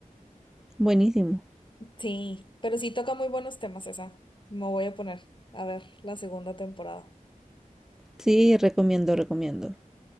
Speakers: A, in the centre; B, on the left.
A: buenísimo.
B: Sí, pero sí toca muy buenos temas esa. Me voy a poner a ver la segunda temporada.
A: Sí, recomiendo, recomiendo.